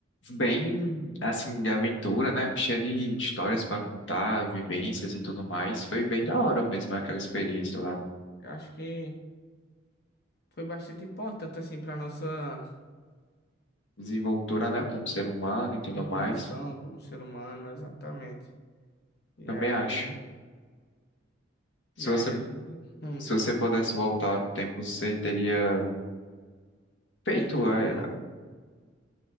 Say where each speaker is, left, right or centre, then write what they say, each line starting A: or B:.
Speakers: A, on the left (about 75°); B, on the left (about 55°).
A: Bem, assim, de aventura, né? Cheia de histórias pra contar, vivências e tudo mais. Foi bem da hora mesmo aquela experiência
B: e
A: lá.
B: eu acho que foi bastante importante, assim, pra nossa
A: Desenvoltura, né? Como ser humano e tudo
B: evolução
A: mais.
B: como ser humano, exatamente. E
A: Também
B: aí,
A: acho. Se
B: e
A: você,
B: aí a gente hum,
A: se você pudesse voltar no tempo, você teria feito,
B: fez tudo
A: eh,
B: de novo.